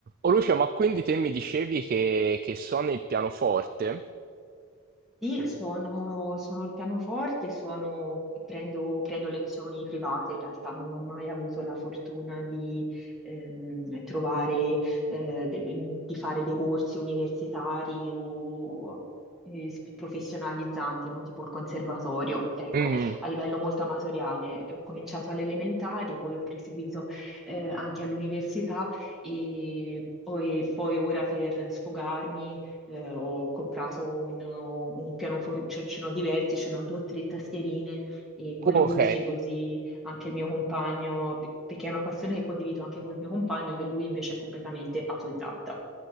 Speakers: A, on the right (about 40°); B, in the centre.
A: Oh Lucio, ma quindi te mi dicevi che, che suoni il pianoforte?
B: Sì, sono, sono il pianoforte, sono- prendo, prendo lezioni private, in realtà non ho mai avuto la fortuna di ehm, trovare, eh, de- de- di fare dei corsi universitari o eh, sp- professionalizzanti, no? Tipo il conservatorio. Ecco,
A: Mhm.
B: a livello molto amatoriale eh, ho cominciato alle elementari, poi ho proseguito eh, anche all'università e poi, poi ora per sfogarmi eh, ho comprato un, un pianoforcino di vertice, no? Due o tre tastierine e con
A: Ok.
B: le cuffie così anche il mio compagno, pe- perché è una passione che condivido anche col mio compagno, che lui invece è completamente autodidatta,